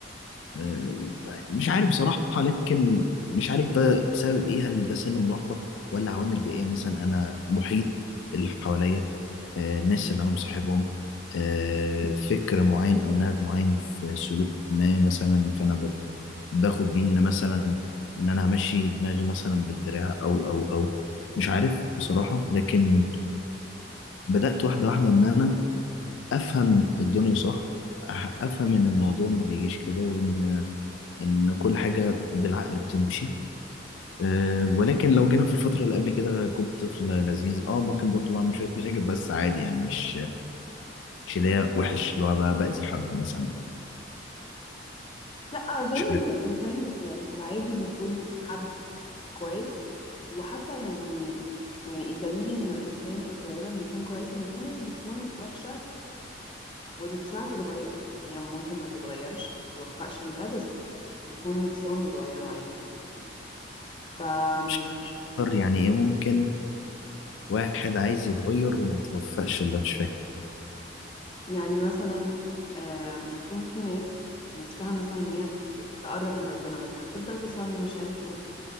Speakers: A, on the left; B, on the left.
A: آه مش عارف بصراحه لكن مش عارف ده بسبب ايه هل ده سن مراهقه ولا عوامل بيئيه مثلا انا محيط اللي حواليا آه الناس اللي انا مصاحبهم آه فكر معين او نهج معين في سلوك ما مثلا فانا باخد بيه ان مثلا ان انا همشي دماغي مثلا بالدراع او او او مش عارف بصراحة لكن بدأت واحدة واحدة ان انا افهم الدنيا صح أح- افهم ان الموضوع ما بيجيش كده وان ان كل حاجة بالعقل بتمشي أه ولكن لو جينا في الفترة اللي قبل كده كنت طفل لذيذ اه ممكن برضو بعمل شوية مشاكل بس عادي يعني مش مش اللي هي وحش اللي هو بقى بأذي حد مثلا أو
B: لا اظن
A: مش
B: ان
A: عارف
B: الانسان يعني في العادي بيكون حد كويس وحتى يعني يعني الدليل انه الانسان غالبا بيكون كويس انه في ناس بتكون وحشه ونفسها تتغير يعني هي ممكن ما تتغيرش ما تتوفقش لده بس يكون نفسهم يتغيروا عادي يعني ف
A: مش عارف يعني ايه ممكن واحد عايز يتغير وما يتوفقش اللي مش فاهم
B: يعني مثلا آه، بيكون في ناس نفسها مثلا ان هي ت- تقرب من ربنا مثلا تبدأ تصلي مش عارف ايه